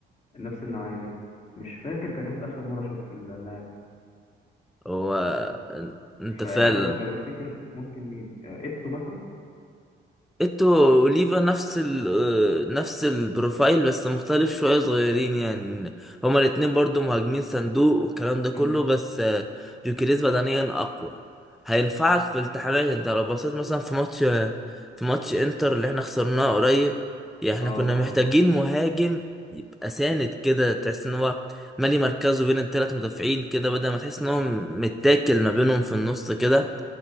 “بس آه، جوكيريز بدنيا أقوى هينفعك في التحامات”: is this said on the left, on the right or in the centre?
Centre